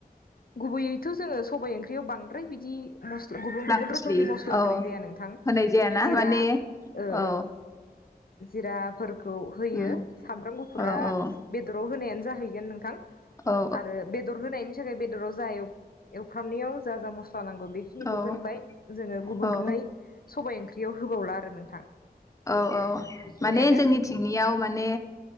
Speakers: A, on the left (about 65°); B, on the left (about 20°).
A: गुबैयैथ' जोंङो सबाइ ओंख्रियाव बांद्राय बिदि मस्ला गुबुन गुबुन
B: मस्लि
A: रोखोमनि मस्ला
B: औ
A: होनाय जाया नोंथां
B: होनाय जायाना
A: जिरा
B: माने
A: ओ
B: औ
A: ओ जिराफोर ओ होयो
B: उम
A: सामब्राम गुफुरा
B: औ औ
A: बेदराव होनायानो जाहैगोन नोंथां।
B: औ
A: आरो बेदर होनायनि बेदराव जा एव एवफ्रामनायाव जा जा मस नांगौ बेखिनिखौ
B: औ
A: होनबाय जोंङो गुबुनै
B: औ
A: सबाइ ओंख्रि बियाव होबावला आरो नोंथां
B: औ औ
A: बेखिनियानो
B: माने जोंनि थिंनियाव माने